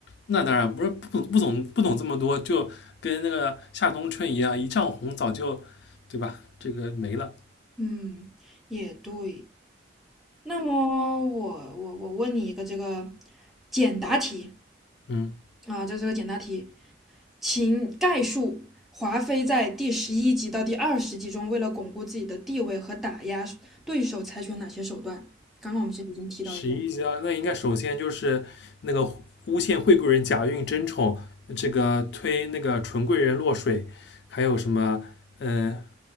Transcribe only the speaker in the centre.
嗯，也对。那么我我我问你一个这个简答题
啊，这是个简答题，请概述华妃在第十一集到第二十集中，为了巩固自己的地位和打压对手，采取了哪些手段？刚刚我们其实已经提到一个了